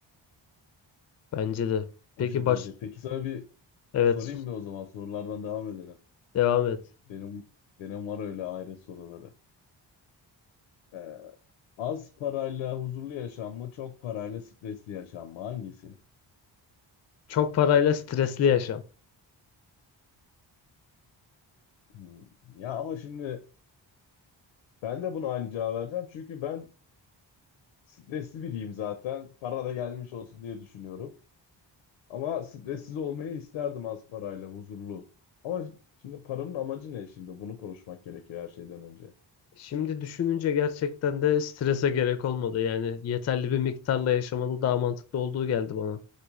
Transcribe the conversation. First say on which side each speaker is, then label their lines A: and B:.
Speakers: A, on the left; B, on the left.
A: Bence de. Peki
B: O şekilde.
A: baş...
B: Peki sana bir
A: Evet,
B: sorayım
A: sus.
B: mı o zaman sorulardan devam edelim.
A: Devam et.
B: Benim benim var öyle ayrı soruları. Ee, az parayla huzurlu yaşam mı, çok parayla stresli yaşam mı? Hangisi?
A: Çok parayla stresli yaşam.
B: Hmm. Ya ama şimdi ben de buna aynı cevap vereceğim. Çünkü ben stresli biriyim zaten. Para da gelmiş olsun diye düşünüyorum. Ama stressiz olmayı isterdim az parayla, huzurlu. Ama şimdi paranın amacı ne şimdi? Bunu konuşmak gerekiyor her şeyden önce.
A: Şimdi düşününce gerçekten de strese gerek olmadı. Yani yeterli bir miktarla yaşamanın daha mantıklı olduğu geldi bana.